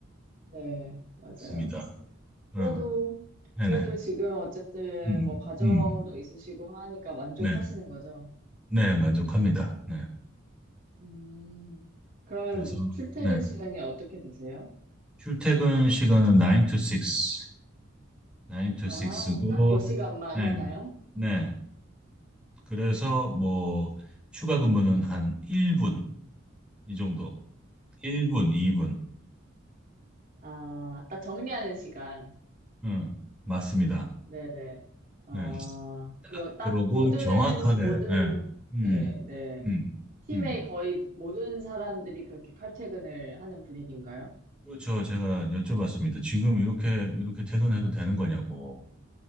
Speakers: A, on the right; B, in the centre.
A: 네, 맞아요.
B: 맞습니다.
A: 그래도,
B: 어, 네네.
A: 그래도 지금 어쨌든
B: 음, 음,
A: 뭐 가정도
B: 음.
A: 있으시고 하니까 만족하시는
B: 네.
A: 거죠.
B: 네, 만족합니다. 네.
A: 음, 그러면
B: 그래서,
A: 뭐 출퇴근
B: 네.
A: 시간이 어떻게 되세요?
B: 출퇴근 시간은 9 to 6, 9 to
A: 아,
B: 6고,
A: 딱 그 시간만
B: 네,
A: 하나요?
B: 네. 그래서 뭐, 추가 근무는 한 1분, 이 정도. 1분, 2분.
A: 아, 딱 정리하는 시간.
B: 응, 맞습니다.
A: 네네. 아,
B: 네.
A: 그리고 딱
B: 그러고
A: 모든,
B: 정확하게,
A: 모든,
B: 네. 음,
A: 네, 네.
B: 음,
A: 팀의
B: 음.
A: 거의 모든 사람들이 그렇게 칼퇴근을 하는 분위기인가요?
B: 그렇죠. 제가 여쭤봤습니다. 지금 이렇게, 이렇게 퇴근해도 되는 거냐고.